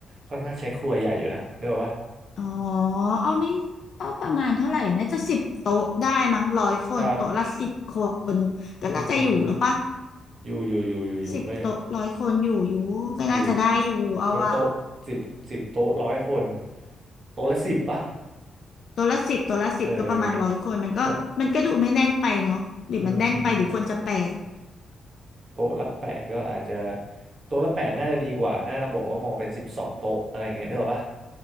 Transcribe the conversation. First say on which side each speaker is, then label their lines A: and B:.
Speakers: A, on the right (about 55°); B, on the left (about 60°).
A: ค่อนข้างใช้ครัวใหญ่อยู่นะนึกออกปะ
B: อ๋ออ้อาไม่ก็ประมาณเท่าไหร่น่าจะสิบโต๊ะได้มั้งร้อยคนโต๊ะละสิบคนก็น่าจะอยู่แล้วปะ
A: ครับอืมอืมอยู่อยู่อยู่อยู่อยู่ไม่
B: สิบโต๊ะร้อยคนอยู่อยู่ก็น่าจะได้อยู่เอาว่ะ
A: อยู่ก็โต๊ะสิบสิบโต๊ะร้อยคนโต๊ะละสิบปะ
B: ตัวละสิบตัวละสิบก็ประมาณร้อยคนมันก็มันก็ดูไม่แน่นไปเนาะหรือมันแน่นไปหรือควรจะแปด
A: เออเออนี่ก็อืมอืมโต๊ะละแปดก็อาจจะโต๊ะละแปดน่าจะดีกว่า น่าจะบอกว่ามองเป็นสิบสองโต๊ะอะไรเงี้ยนึกออกปะ